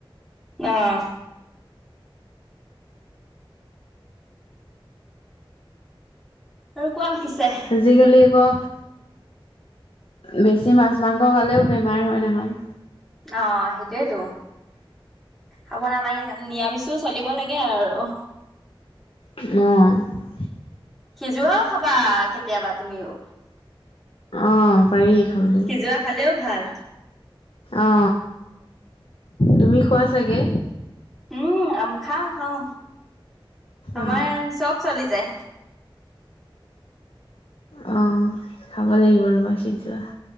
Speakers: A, in the centre; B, on the left (about 80°).
A: অ'। আৰু কোৱা পিছে।
B: আজিকালি আকৌ বেছি মাছ, মাংস খালেও বেমাৰ হয় নহয়।
A: অ' সেইটোৱেতো। খাব নালাগে সেইকাৰণে, নিৰামিষো চলিব লাগে আৰু।
B: অ'।
A: সিজোৱাও খাবা কেতিয়াবা তুমিও।
B: অ' পাৰি খাবলৈ।
A: সিজোৱা খালেও ভাল।
B: অ, তুমি খোৱা চাগে?
A: উম, খাও খাও আমাৰ
B: অ
A: চব চলি যায়।
B: অ' খাব লাগিব ৰবা সিজোৱা।